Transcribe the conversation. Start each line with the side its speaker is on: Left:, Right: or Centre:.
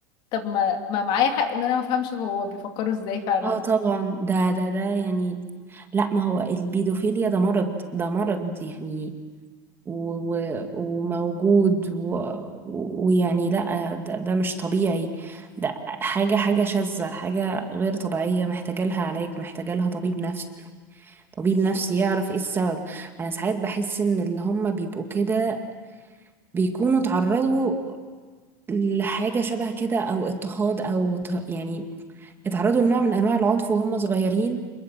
Left: طب ما ما معايا حق ان انا ما افهمش هو بيفكروا ازاي فعلا
Right: اه طبعا ده ده ده يعني لا ما هو البيدوفيليا ده مرض ده مرض يعني و- و- وموجود و- ويعني لا ده, ده مش طبيعي ده حاجة حاجة شاذة حاجة غير طبيعية محتاجة لها علاج محتاجة لها طبيب نفسي طبيب نفسي يعرف ايه السبب انا ساعات بحس ان اللي هم بيبقوا كده بيكونوا اتعرضوا لحاجة شبه كده او اضطهاد او ت- يعني اتعرضوا لنوع من انواع العنف وهم صغيرين